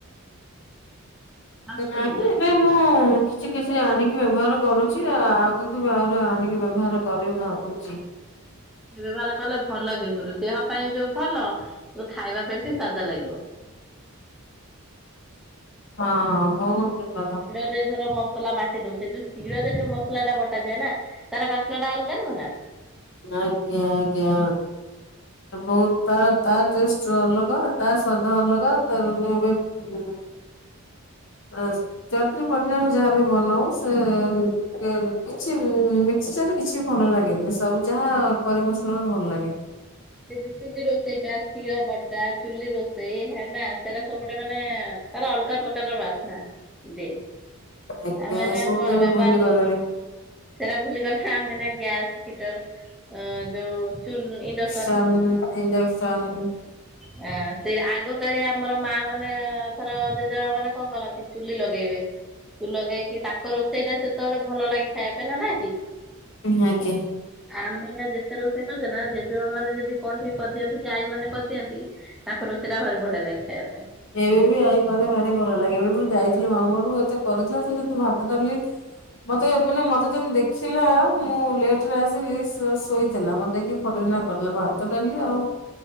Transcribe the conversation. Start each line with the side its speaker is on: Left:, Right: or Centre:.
Centre: ଭାବୁଛନ୍ତି
Left: ନାହିଁ ଏବେ
Centre: <inaudible>
Left: ମୁଁ କିଛି କିଛି ଆଣିକି ବ୍ୟବହାର କରୁଛି। ଆଉ ଆଗକୁ ବି ଆହୁରି ଆଣିକି ବ୍ୟବହାର କରିିବି ଭାବୁଛି।
Centre: ବ୍ୟବହାର କଲେ ଭଲ କିନ୍ତୁ ଦେହ ପାଇଁ ଯୋଉ ଭଲ ଖାଇବା ପାଇଁ ବି ସ୍ଵାଦ ଲାଗିବ।
Left: ହଁ ହଁ ବହୁତ ଭଲ।
Centre: ଏବେ ଧର ମସଲା ବାଟି ଦଉଛେ ଯୋଉ ଶିଳରେ ଯୋଉ ମସଲା ଟା ବଟାଯାଏ ନା ତାର ବାସ୍ନା ଟା ଅଲଗା ନୁହେଁ ନା।
Left: ଆଜ୍ଞା ଆଜ୍ଞା। ବହୁତ ତା ତା ଟେଷ୍ଟ ଅଲଗା ତା ସ୍ଵାଦ ଅଲଗା। ତା ବି କୋଉଥିବ <inaudible> ଚଟଣି ପନିର ଆମେ ଯାହାବି ବନାଉ ସେ କ କିଛି ମି ସେଠି କିଛି ବି ଭଲ ଲାଗେନି ସବୁ ଯାହା କରି ମସଲା ରେ ଭଲ ଲାଗେ।
Centre: ସେ ଚୁଲି ରୋଷେଇ ଟା ଶିଳ ବଟା ଚୁଲି ରୋଷେଇ ହେ ନା ସେରା ସବୁ ଗୋଟେ ମାନେ ତାର ଅଲଗା ପ୍ରକାରର ବାସ୍ନା ଦିଏ।
Left: ଆଜ୍ଞା
Centre: ଆମେ ଏନା
Left: ଏ ସବୁ
Centre: କଣ
Left: ତ ଏବେ
Centre: ବ୍ୟବହାର
Left: ଭୁଲି ଗଲେଣି
Centre: କରୁଚୁ? ସେରା ଭୁଲିଗଲେ ଆମେ ନା ଗ୍ୟାସ ହିଟର ଯୋଉ ଚୂଲ ଇଣ୍ଡସ
Left: <unintelligible> ଇଣ୍ଡକ୍ସନ୍
Centre: ହ ସେଇରା ଆଗ କାଳିଆ ଆମର ମା ମାନେ ଧର ଜେଜେମା ମାନେ କଣ କରନ୍ତି, ଚୁଲି ଲଗେଇବେ। କୁଲରେଇକି ତାଙ୍କ ରୋଷେଇ ଟା ସେତେବେଳେ ଭଲ ଲାଗେ ଖାଇବା ପାଇଁ ନା ନା କି।
Left: ହଁ ଆଜ୍ଞା।
Centre: ଆମେ ଏଇନା ଯେତେ ରୋଷେଇ କରିଦେବା ଯେ ଛୁଆ ମାନେ ଯଦି କଣ ଟିକେ କରିଦିଅନ୍ତି, କି ଆଈ ମାନ କରିଦିଅନ୍ତି ତାଙ୍କ ରୋଷେଇଟା ଭାରି ବଢିଆ ଲାଗେ ଖାଇବାକୁ।
Left: ଏବେ ବି ଆଇ କରେ ଭାରି ଭଲ ଲାଗେ। ଏବେ ମୁଁ ଯାଇଥିଲି
Centre: ହଁ
Left: ମାମୁଁ ଘରକୁ, ଏତେ କରିଥିଲା ସେମିତି ଭାତ ଡାଲି ମତେ ମାନେ ମତେ ଯେମିତି ଦେଖିଲା ମୁଁ ଲେଟ ରେ ଆସିଲି ଶୋଇଥିଲା। ମତେ ଦେଖି ଫଟ କିନା କରିଦେଲା ଭାତ ଡାଲି ଆଉ